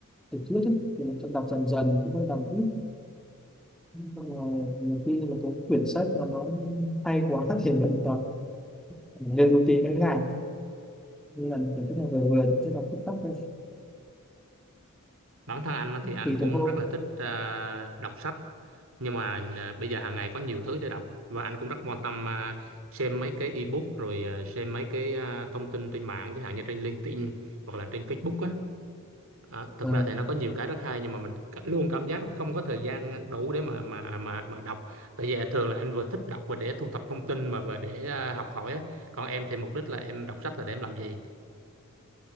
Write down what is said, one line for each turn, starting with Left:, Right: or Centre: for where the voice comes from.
Centre: tiểu thuyết ấy. thì em sẽ đọc dần dần cũng không đọc ít xong rồi nhiều khi là cái quyển sách mà nó hay quá <laughs> thì mình đọc lên một tí đến ngày như là quyển sách này vừa vừa thì cứ đọc tích tắc thôi
Right: bản thân anh á, thì anh
Centre: tùy
Right: cũng
Centre: từng hôm
Right: rất là thích à, đọc sách nhưng mà à, bây giờ hàng ngày có nhiều thứ để đọc và anh cũng rất quan tâm à, xem mấy cái ebook rồi à, xem mấy cái à, thông tin trên mạng chẳng hạn như trên LinkedIn hoặc là trên Facebook á à, thực
Centre: và
Right: ra thì nó có nhiều cái rất hay nhưng mà mình c- luôn cảm giác là không có thời gian đủ để mà mà mà mà đọc tại vì thường là anh vừa thích đọc và để thu thập thông tin mà và để à, học hỏi á còn em thì mục đích là em đọc sách là để em làm gì